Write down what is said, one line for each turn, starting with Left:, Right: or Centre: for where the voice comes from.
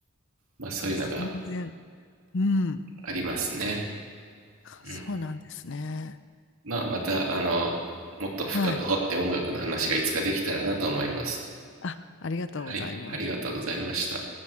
Right: まあそういうのが
Left: 全然。うん。
Right: ありますねうん
Left: そうなんですね。
Right: まあまたあのもっと深く掘って音楽の話がいつかできたらなと思います
Left: はい。あ、ありがとうございます。
Right: はい、ありがとうございました。